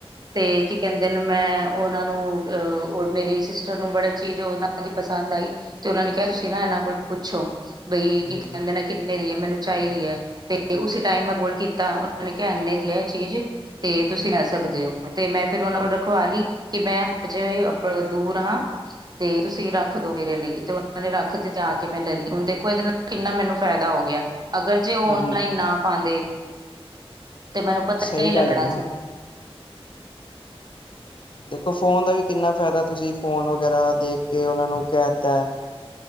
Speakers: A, on the right; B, on the left.
A: ਤੇ ਕੀ ਕਹਿੰਦੇ ਨੇ ਮੈਂ ਉਹਨਾਂ ਨੂੰ ਅਹ ਉਹ ਮੇਰੀ ਸਿਸਟਰ ਨੂੰ ਬੜਾ ਚੀਜ਼ ਉਹ ਨਾ ਦੀ ਪਸੰਦ ਆਈ, ਤੇ ਉਨਾਂ ਨੇ ਕਿਆ ਤੁਸੀਂ ਨਾ ਇਨਾਂ ਕੋਲ ਪੁੱਛੋ। ਬਈ
B: ਹਾਂਜੀ।
A: ਕੀ ਕੇਂਦੇ ਨੇ ਕਿੰਨੇ ਦੀ ਐ ਮੈਨੂੰ ਚਾਈਦੀ ਐ, ਤੇ ਉਸੀ ਟਾਈਮ ਮੈਂ ਕੋਲ ਕੀਤੀ ਤਾਂ ਉਨਾਂ ਨੇ ਕਿਆ ਇਨੇ ਦੀ ਏ ਚੀਜ਼, ਤੇ ਤੁਸੀਂ ਲੈ ਸਕਦੇ ਓ। ਤੇ ਮੈਂ ਫੇਰ ਉਨਾਂ ਕੋਲ ਰਖਵਾ ਲੀ ਕਿ ਮੈਂ ਹਜੇ ਅ ਅਪ ਦੂਰ ਹਾਂ। ਤੇ ਤੁਸੀਂ ਰੱਖ ਦੋ ਮੇਰੇ ਲਈ, ਤੇ ਉਨਾਂ ਨੇ ਰੱਖ ਤੇ ਆ ਕੇ ਮੈਂ ਲੈ ਲੀ, ਹੁਣ ਦੇਖੋ ਏਦੇ ਨਾਲ ਕਿੰਨਾ ਮੈਨੂੰ ਫੈਦਾ ਹੋ ਗਿਆ, ਅਗਰ ਜੇ ਓ ਔਨਲਾਈਨ
B: ਜੀ
A: ਨਾ ਪਾਂਦੇ ਤੇ ਮੈਨੂੰ ਪਤਾ
B: ਸਹੀ
A: ਇ ਨੀ ਲੱਗਣਾ
B: ਗੱਲ ਹੈ ਨਾ।
A: ਸੀ।
B: ਦੇਖੋ ਫੋਨ ਦਾ ਵੀ ਕਿੰਨਾ ਫੈਦਾ ਤੁਸੀਂ ਫੋਨ ਵਗੈਰਾ ਦੇਖ ਕੇ ਉਨਾਂ ਨੂੰ ਕੈ ਤੈ।